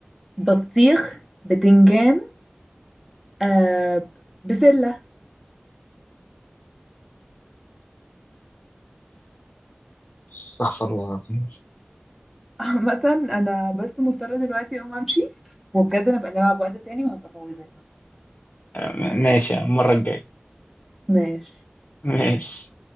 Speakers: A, in the centre; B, on the left (about 45°).
A: بطيخ بتنجان آه بسلة
B: استغفر الله العظيم
A: <laughs> عامة أنا بس مضطرة دلوقتي أقوم أمشي وبجد نبقى نلعب وقت تاني وهبقى أفوزك
B: م- ماشي يا عم، المرة الجاية
A: ماشي
B: ماشي